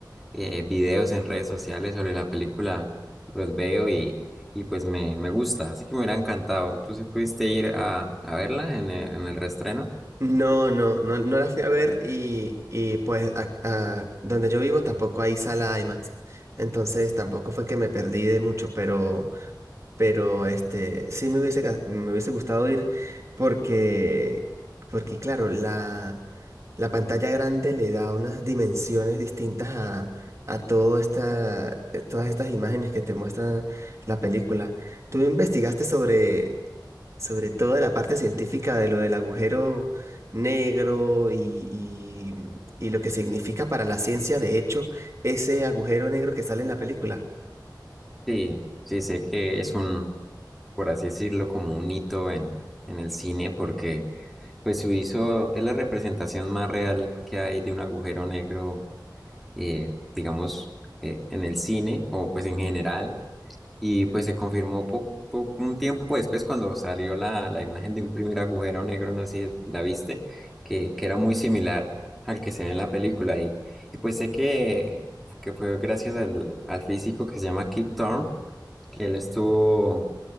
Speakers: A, in the centre; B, on the right (about 40°).
A: eh, videos en redes sociales sobre la película, los veo y, y pues me, me gusta, así que me hubiera encantado. ¿Tú sí pudiste ir a, a verla en el, en el reestreno?
B: No, no, no, no la fui a ver y, y pues a- a donde yo vivo tampoco hay sala IMAX, entonces tampoco fue que me perdí de mucho, pero... Pero este, sí me hubiese, ga- me hubiese gustado ir porque, porque claro, la, la pantalla grande le da unas dimensiones distintas a, a todo esta, eh, todas estas imágenes que te muestran la película. ¿Tú investigaste sobre, sobre toda la parte científica de lo del agujero negro y, y, y lo que significa para la ciencia, de hecho, ese agujero negro que sale en la película?
A: Sí, sí, sé que es un, por así decirlo, como un hito en, en el cine, porque pues su hizo es la representación más real que hay de un agujero negro, eh, digamos, eh, en el cine, o pues en general, y pues se confirmó po- po- un tiempo después cuando salió la, la imagen de un primer agujero negro, no sé si la viste, que, que era muy similar al que se ve en la película, y, y pues sé que, que fue gracias al, al físico que se llama Kip Thorne, que él estuvo